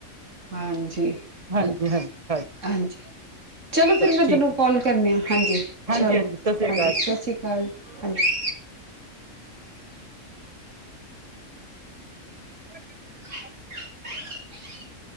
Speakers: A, on the right (about 65°); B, on the right (about 25°).
A: ਹਾਂਜੀ।
B: ਹਾਂਜੀ-ਹਾਂਜੀ-ਹਾਂਜੀ।
A: ਹਾਂਜੀ। ਚਲੋ ਫਿਰ ਮੈਂ
B: ਠੀਕ
A: ਤੈਨੂੰ
B: ਹੈ
A: ਕੋਲ ਕਰਨੀ ਹ ਹਾਂਜੀ
B: ਹਾਂਜੀ
A: ਚਲੋ
B: ਹਾਂਜੀ ਸਤਿ ਸ੍ਰੀ
A: ਹਾਂਜੀ
B: ਅਕਾਲ
A: ਸਤਿ
B: ਜੀ
A: ਸ਼੍ਰੀ ਅਕਾਲ ਹਾਂਜੀ।
B: <inaudible>
A: <inaudible>